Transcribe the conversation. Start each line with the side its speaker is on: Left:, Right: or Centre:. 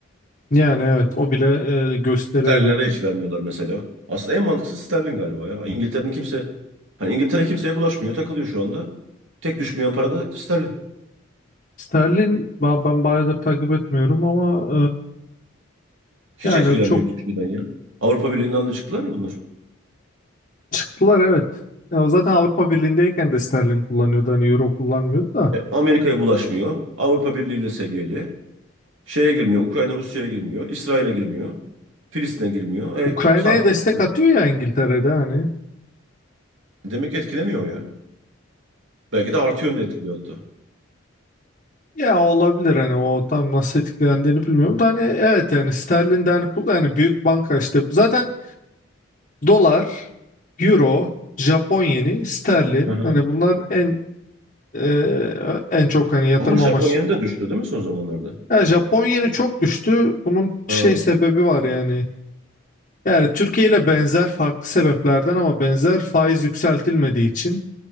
Left: yani evet o bile e, gösteriyor
Right: Sterlin'e
Left: dediğin
Right: de hiç
Left: gibi.
Right: vermiyorlar mesela. Aslında en mantıklısı sterlin galiba ya. İngiltere'nin kimse hani İngiltere kimseye bulaşmıyor, takılıyor şu anda. Tek düşmeyen para da sterlin.
Left: Sterlin ba- ben bayağıdır takip etmiyorum ama
Right: Hiç
Left: e, yani
Right: etkilenmiyor
Left: çok
Right: hiçbir şeyden ya. Avrupa Birliği'nden de çıktılar ya bunlar.
Left: çıktılar evet. Ya o zaten Avrupa Birliği'ndeyken de sterlin kullanıyordu hani euro kullanmıyordu da.
Right: E, Amerika'ya bulaşmıyor. Avrupa Birliği ile seviyeli. Şeye girmiyor. Ukrayna Rusya'ya girmiyor. İsrail'e girmiyor. Filistin'e girmiyor. E,
Left: Ukrayna'ya
Right: sabit
Left: destek
Right: duruyor.
Left: atıyor ya İngiltere'de hani.
Right: Demek ki etkilemiyor ya. Belki de artı yönde etkiliyor hatta.
Left: Ya olabilir hani o tam nasıl etkilendiğini bilmiyorum da hani evet yani sterlin de hani kul- yani büyük banka işte zaten dolar, euro, Japon yeni, sterlin
Right: Hı hı.
Left: hani bunlar en e, en çok hani yatırım
Right: Ama Japonya'nın
Left: amaçlı. kul-
Right: da düştü değil mi son zamanlarda?
Left: Yani Japon yeni çok düştü. Bunun şey
Right: Ha,
Left: sebebi var yani. Yani Türkiye ile benzer farklı sebeplerden ama benzer faiz yükseltilmediği için